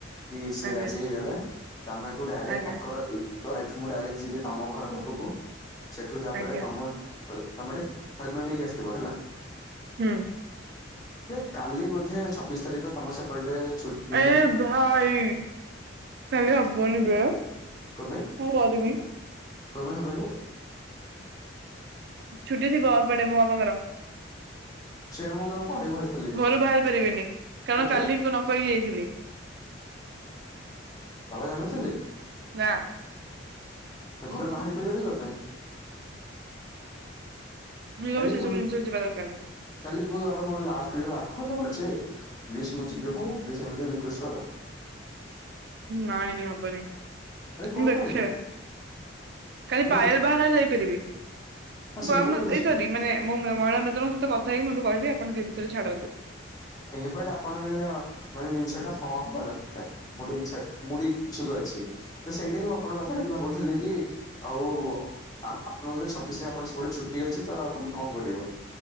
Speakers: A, on the left; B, on the right.
A: କି ସିଏ
B: ଆଜ୍ଞା
A: ରାଜି ହେଇଗଲା। ତୋମେ ଏଠୁ ଡାଇରେକ୍ଟ
B: ଆଜ୍ଞା
A: ତାଙ୍କର ଏ ତ ଏଠୁ ମୁଁ ଡାଇରେକ୍ଟ ଯିବି ତୋମ ଘର ପାଖକୁ। ସେଠୁ ତାପରେ
B: ଆଜ୍ଞା ଆଜ୍ଞା
A: ତୋମ ତଇ ତୋମେ ଟେ ହେଲମେଟ୍ ନେଇକି ଆସିଥିବ ହେଲା।
B: ହୁଁ।
A: ରେ କାଲି ବୋଧେ ଛବିଶ ତାରିଖ ତୋମ ସେପଟେ ଛୁଟି?
B: ଏ ଭାଇ ଚାଲି ହବନି ବେ।
A: କ ପାଇଁ
B: କଣ କରିବି
A: କ ପାଇଁ ହେବେନି?
B: ଛୁଟି ଥିବ ଏପଟେ ମୋ ବାବାଙ୍କର।
A: ସେଇଆ ମୁଁ ତମକୁ କହିବାକୁ ଆସିଥିଲି
B: ଘରୁ ବାହାରି ପାରିବିନି କାରଣ
A: କଣ ପାଇଁ
B: କାଲି କଣ କହି ଯାଇଥିଲି।
A: ବାବା ଜାଣି ନଥିଲେ?
B: ନା।
A: ତ ଘରୁ ବାହାରି ପାରିବେନି କ ପାଇଁ?
B: ଯିଏ
A: କାଲି
B: ହଉ ସେ
A: କୁହ
B: ସବୁ ଜିନିଷ ଯିବା ଦରକାର ନାଇଁ।
A: କାଲି କୁହ ବାବା ମୋର ଗୋଟେ ଲାଷ୍ଟ କ୍ଲାସ ର ଆର୍ଟ କରିଆର ଅଛି ପ୍ଲିଜ ମୁଁ ଯିବି ହଉ ପ୍ଲିଜ ଏମିତି ରିକ୍ୱେଷ୍ଟ କର।
B: ନାଇଁରେ ହବନି
A: ଆରେ କଣ
B: ମୁଁ ଦେଖେ
A: ପାଇଁ
B: କାଲି
A: ମୁଁ
B: ପାୟେଲ ବାହାନାରେ ଯାଇପାରିବି
A: ହଁ ସେଇତ
B: ଆମେ
A: କହୁଛି
B: ଏ ସରି ମାନେ ମୁଁ ମ-ମହିଳା ମିତ୍ରଙ୍କ ସହିତ କଥା ହେଇ ମୁଁ ଏବେ କହିବି ଆପଣ ଯିବି ଥରେ ଛାଡନ୍ତୁ।
A: ଏବେ ତ ଆପଣଙ୍କ ଯେମତି ମାନେ ଜିନିଷ ଟା ହଁ ହବା ଦରକାର। ମୋ ଟେ ଇଚ୍ଛା ମୁଁ ବି ଇଚ୍ଛୁକ ଅଛି। ତ ସେଇଟି ହିଁ ମୁଁ ଆପଣଙ୍କ କଥା କାଲି ଭାବୁଥିଲି କି ଆଉ ଆ-ଆପଣ ବୋଧେ ଛବିଶ ରେ ଆପଣ ସବୁବେଳେ ଛୁଟି ଅଛି ତ ତମେ କଣ କରିବ